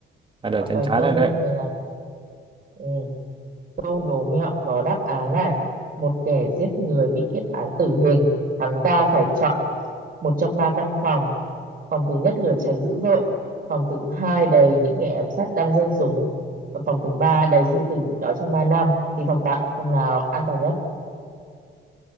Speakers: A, on the right (about 25°); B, on the right (about 45°).
A: là đời
B: có
A: chán
B: cái
A: chán
B: câu
A: rồi
B: như
A: đấy
B: này này. Ừ. Câu đố mẹo có đáp án này. Một kẻ giết người bị kết án tử hình. Hắn ta phải chọn một trong ba căn phòng. Phòng thứ nhất lửa cháy dữ dội. Phòng thứ hai đầy những kẻ ám sát đang giương súng. Và phòng thứ ba đầy sư tử nhịn đói trong 3 năm. Thì phòng tạm, phòng nào an toàn nhất?